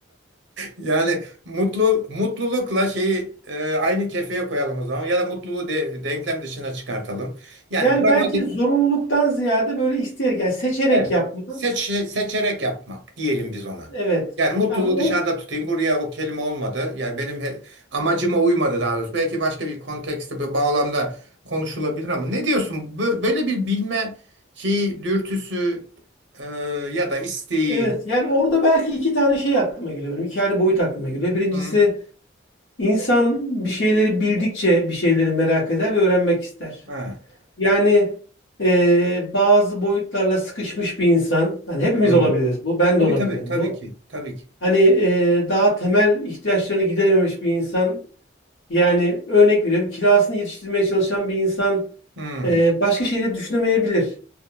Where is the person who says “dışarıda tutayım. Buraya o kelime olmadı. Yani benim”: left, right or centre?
Right